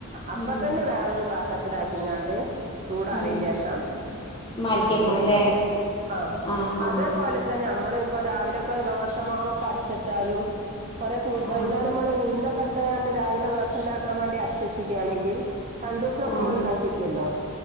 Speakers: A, on the right (about 35°); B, on the left (about 20°).
A: അപ്പൊ
B: ഉം
A: തന്നെ വേറൊരു പാത്രത്തിൽ ആക്കിങ്ങാണ്ട് ചൂടാറിയന്റെ
B: ഉം
A: ഷം
B: മാറ്റിയെക്കണല്ലേ
A: ഫ്രിഡ്ജിക്ക് വെച്ചാ മതിആഹ
B: ആഹ് ആഹ്
A: അതേപോലെ തന്നെ നമ്മള് ഇപ്പൊ രാവിലെക്കെ ദോശമാവൊക്കെ അരച്ചച്ചാലും കുറെ വൈകുന്നേരം
B: ആഹ്
A: നമ്മൾ ഉഴുന്നൊക്കെ ഇയാണ്ട് രാവിലെ ദോശ ഉണ്ടാക്കൻ വേണ്ടി അരച്ചെച്ചക്കുകയാണെങ്കിൽ രണ്ട് ദിവസൊക്കെ
B: ആഹ്
A: നമ്മൾ ഉണ്ടാക്കിക്കല്ലോ